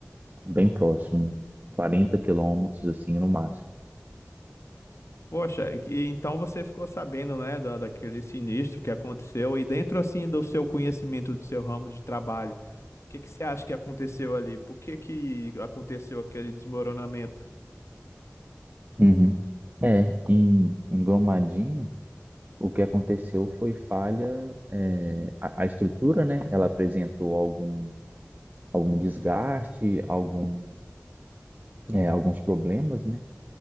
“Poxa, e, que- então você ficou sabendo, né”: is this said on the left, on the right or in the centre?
Left